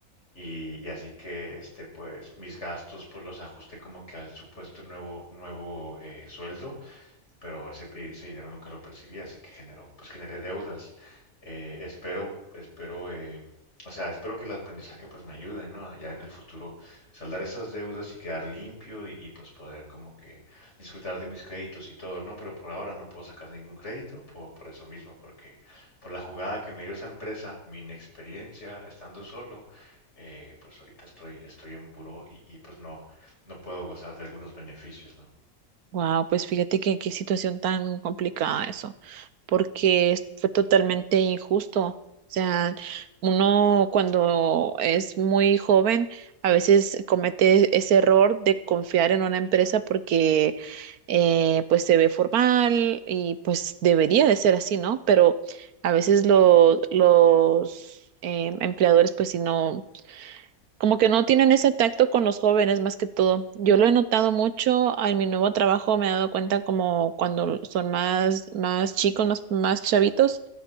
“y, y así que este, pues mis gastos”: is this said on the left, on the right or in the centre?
Left